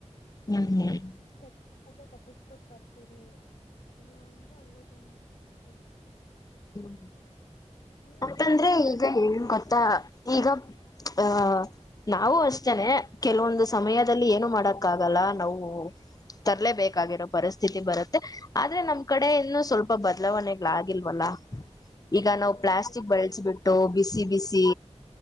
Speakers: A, on the left; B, on the left.
A: ಹ್ಮ ಹ್ಮ. <unintelligible>
B: ಕಟ್- ಊಟ ಕಟ್ಟಸ್ಕೊಡ್ ತರ್ತೀರಿ. ಇಲ್ಲ ಅಂದ್ರೆ ಅಲ್ಲೇ ತಿನ್ಬೇಕ. ಬರ್ತೀರಿ.
A: ಹ್ಮ.
B: ನೀವ್
A: ಯಾಕಂದ್ರೆ
B: ಹೆಂಗೆ
A: ಈಗೆ ಹೇಳು ಗೋ. ತಾ ಈಗ ಅಹ ನಾವು ಅಷ್ಟೇನೆ ಕೆಲವೊಂದು ಸಮಯದಲ್ಲಿ ಏನು ಮಾಡಕ್ಕ ಆಗಲ್ಲ ನಾವು ತರಲೇಬೇಕಾಗಿರೋ ಪರಿಸ್ಥಿತಿ ಬರುತ್ತೆ ಆದ್ರೆ ನಮ್ ಕಡೆ ಇನ್ನುೂ ಸ್ವಲ್ಪ ಬದಲಾವಣೆಗಳಾಗಿಲ್ವಲ್ಲ. ಹ. ಈಗ
B: ಹ
A: ನಾವು ಪ್ಲಾಸ್ಟಿಕ್
B: ಇನ್ನ
A: ಬಳಸಬಿಟ್ಟು ಬಿಸಿ
B: ಹ
A: ಬಿಸಿ.